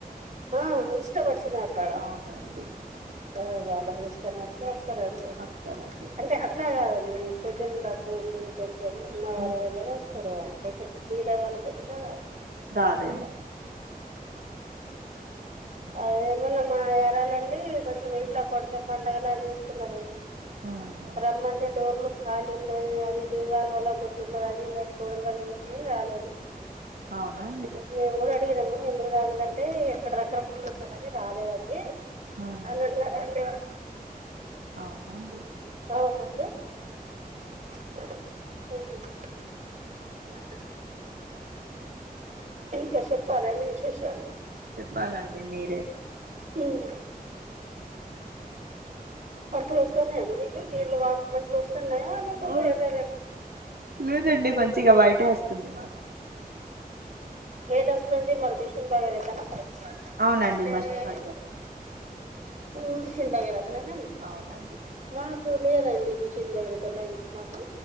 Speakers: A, on the right; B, on the right.
A: ఆ ఇష్టం వచ్చినాక్కడ
B: అవునండి
A: ఆ వాళ్ళకి ఇష్టం వ చేస్తరండి.
B: వస్తారండి
A: అంటే అట్ల కాదు అనేది కొంచెం డబ్బు ఉండి కొంచెం ఉన్న వాళ్ళ
B: ఉమ్,
A: దగ్గర వస్తారు వాళ్ళు. కొంచెం బీద వాళ్ళ దగ్గర రారు
B: ఆ ఏమో
A: అదేమన్నామా ఏరాలండి కొంచెం ఇంట్లో కొంటే పండగలా చేసుకున్నారండి
B: ఉహు
A: రమ్మంటే డోర్లు ఖాళీ ఉన్నాయి అది దీవాలు పగల కొట్టి ఉన్నది అది ఇది అని కోడలు పగల కొట్టిందని రాలేదు
B: అవునండి
A: మేము కూడా అడిగినాము ఎందుకు రాలేదంటే అక్కడ రక్కడ కూళ ఉన్నదని రాలేదండి
B: ఉహు
A: అన్న అన్నారండి
B: అవునా అండి
A: అవునండి ఉ అ ఇంకా చెప్పలే ఏంటి విశేషాలు
B: చెప్పాలండి మీరే
A: హమ్ పంపులు వస్తన్నాయండి మీకు నీళ్ళలు వాటర్ మంచిగా వస్తున్నాయా లేకపోతే
B: ఓ,
A: ఎర్ర ఎర్రగా
B: లేదండి మంచిగా వైటే వస్తుంది మాకు
A: ఎదస్తుంది మరి మిషన్ భగీరథనా
B: అవునండి
A: అయితే
B: మస్ట్ భగీరథం
A: హ మిషన్ భగీరథ నేనా
B: అవునండి
A: మాకు లేదండి మిషిన్ భగీరథ అయితే లైన్స్ మాకు